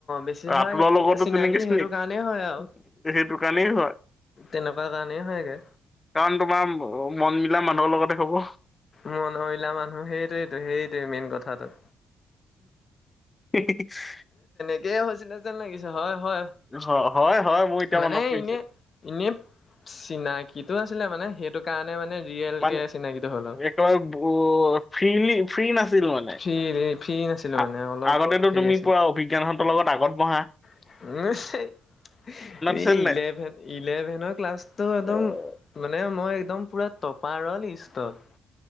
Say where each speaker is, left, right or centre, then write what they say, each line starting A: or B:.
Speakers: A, on the left (about 40°); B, on the left (about 20°).
A: বেছিভাগ
B: ৰাতুলৰ লগতো
A: চিনাকি
B: তেনেকে
A: সেইটো কাৰণেই হয়
B: চিনাকি
A: আৰু
B: সেইটো কাৰণেই হয়
A: তেনেকুৱা কাৰণেই হয়গে।
B: কাৰণ তোমাৰ মনবিলা মানুহৰ লগতে হ'ব।
A: মনলা মানুহ সেইটোোৱেইটোো সেইটোৱে মেইন কথাটো।
B: <unintelligible>
A: <unintelligible> হৈছিলে যেন লাগিছে
B: <unintelligible>
A: হয়। হয়
B: অ, হয়। হয় মোৰ এতিয়া
A: মানে
B: মনত পৰিছে
A: এনে-এনে চিনাকিটো আছিলে মানে সেইটো কাৰণে মানে ৰিয়েলকৈ
B: মানে
A: চিনাকি হ'ল আৰু।
B: <unintelligible> ফ্ৰী নাচিলোঁ মানে
A: ফ্ৰী ফ্ৰী নাছিলো
B: আ-আগতেতো
A: মানে অলপ হেৰি
B: তুমি
A: আছিলে।
B: পুৰা অভিজ্ঞানতৰ লগত আগত বঢ়া।
A: <unintelligible> এই
B: আছে নে
A: ইলেভেন ইলেভেনৰ ক্লাছতটো একদম
B: নাই
A: মানে এ, মই একদম পুৰা টপাৰৰ লিষ্টত।